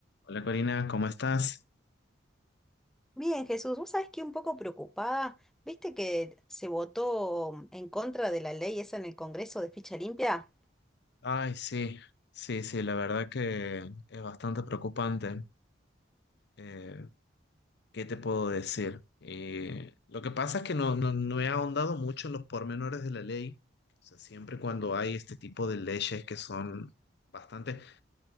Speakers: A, on the left; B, in the centre.
A: Hola Corina, ¿cómo estás?
B: Bien, Jesús, vos sabés que un poco preocupada, viste que se votó en contra de la ley esa en el Congreso de ficha limpia.
A: Ay, sí, sí, sí, la verdad que es bastante preocupante. Eh, ¿qué te puedo decir? Eh, lo que pasa es que no, no, no he ahondado mucho en los pormenores de la ley. O sea, siempre cuando hay este tipo de leyes que son bastante...